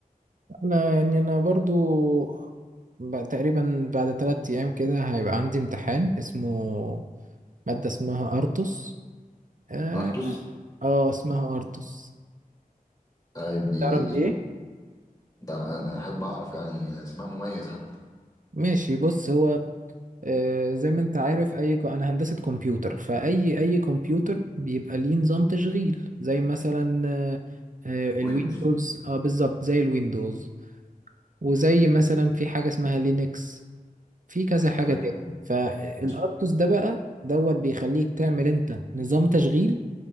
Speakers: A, on the right (about 60°); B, on the left (about 25°).
A: انا يعني انا برضو بقى تقريبا بعد ثلاث ايام كده هيبقى عندي امتحان اسمه مادة اسمها ارتوس اه
B: ارتوس
A: آه، اسمها ارتوس
B: طيب دي
A: تعرف
B: ايه دي
A: ايه
B: ده انا احب اعرف يعني اسمها مميز حتى
A: ماشي بص هو آه، زي ما انت عارف اي ك- انا هندسة كمبيوتر فاي اي كمبيوتر بيبقى ليه نظام تشغيل زي مثلا آه، آه، الويندوز
B: ويندوز
A: اه بالظبط زي الويندوز وزي مثلا في حاجة اسمها لينكس في كذا حاجة
B: ايوه
A: تاني فالارتوس
B: مش
A: ده بقى دوت بيخليك تعمل انت نظام تشغيل